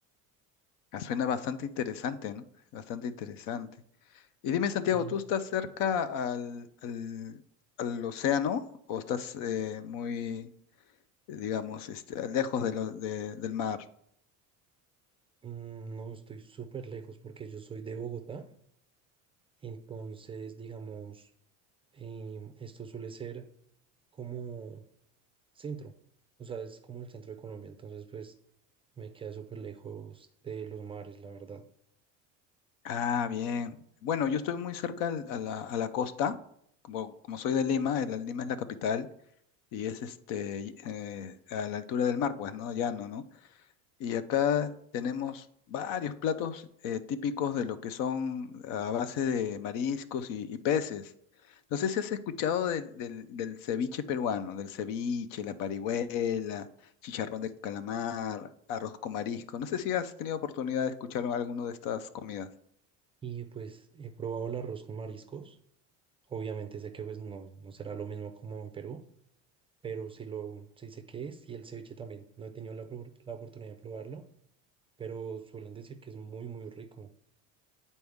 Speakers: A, on the left; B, on the right.
A: Ah, suena bastante interesante, ¿no? Bastante interesante. Y dime, Santiago,
B: Y
A: ¿tú estás cerca al, al, al océano o estás eh, muy, digamos, este, lejos de lo- de- del mar?
B: mm, no estoy súper lejos porque yo soy de Bogotá. Entonces, digamos, em, esto suele ser como centro. O sea, es como el centro de Colombia. Entonces, pues me queda súper lejos de los mares, la verdad.
A: Ah, bien. Bueno, yo estoy muy cerca al- a la, a la costa, como, como soy de Lima, el- la Lima es la capital y es este y- eh, a la altura del mar, pues, ¿no? Llano, ¿no? Y acá tenemos varios platos eh, típicos de lo que son a base de mariscos y, y peces. No sé si has escuchado del, del, del ceviche peruano, del ceviche, la parihuela, chicharrón de calamar, arroz con marisco. No sé si has tenido oportunidad de escuchar alguno de estas comidas.
B: Y pues he probado el arroz con mariscos. Obviamente sé que pues no, no será lo mismo como en Perú, pero sí lo sí sé qué es y el ceviche también. No he tenido la, opor- la oportunidad de probarlo pero suelen decir que es muy, muy rico.